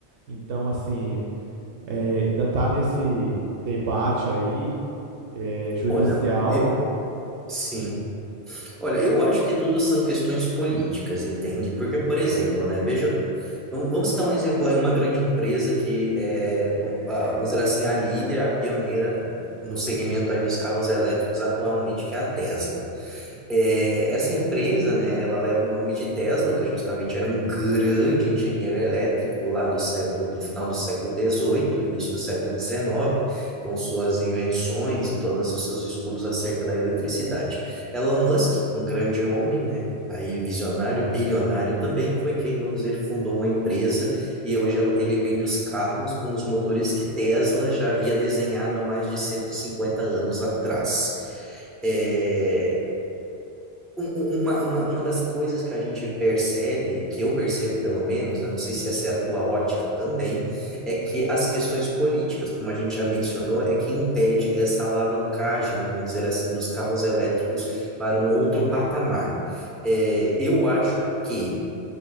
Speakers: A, on the right (about 80°); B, in the centre.
A: Então, assim, eh, ainda está nesse debate aí eh, judicial
B: Olha, mano, eu sim. Olha, eu acho que tudo são questões políticas, entende? Porque, por exemplo, né, veja, vamos, vamos citar um exemplo aí, uma grande empresa que é, vamos, ah, vamos dizer assim, a líder, a pioneira no segmento aí dos carros elétricos atualmente, que é a Tesla. É, essa empresa, né, ela leva o nome de Tesla, que justamente era um grande engenheiro elétrico lá do, sé- do, do final do século XVIII, início do século XIX, com suas invenções e todos os seus estudos acerca da eletricidade. Elon Musk, um grande homem, né, aí visionário, bilionário também, foi quem, vamos dizer, fundou uma empresa e hoje ela- ele vende os carros com os motores que Tesla já havia desenhado há mais de 150 anos atrás. É, um- um- um, Uma, uma, uma das coisas que a gente percebe, que eu percebo pelo menos, né, não sei se essa é a tua ótica também, é que as questões políticas, como a gente já mencionou, é que impede essa alavancagem, vamos dizer assim, dos carros elétricos para um outro patamar. É, eu acho que